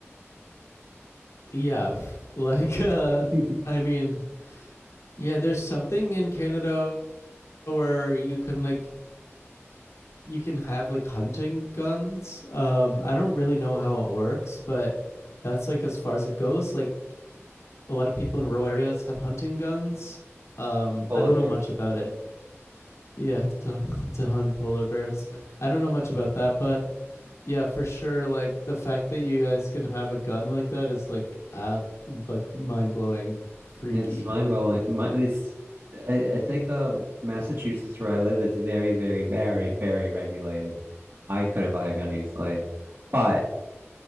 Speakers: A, on the left; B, on the right.
A: Yeah. Like, <laughs> uh,
B: <laughs>
A: I mean, yeah, there's something in Canada where you can like, you can have like hunting guns. Um, I don't really know how it works, but that's like as far as it goes. Like, a lot of people in rural areas have hunting guns. Um,
B: Polar
A: I don't
B: bears.
A: know much about it. Yeah, <laughs> to to hunt polar bears. I don't know much about that, but yeah, for sure. Like the fact that you guys can have a gun like that is like uh, like mind blowing, freaky.
B: It's mind-blowing. My, this, I, I think uh, Massachusetts, where I live, it's very, very, very, very regulated. I couldn't buy a gun easily, but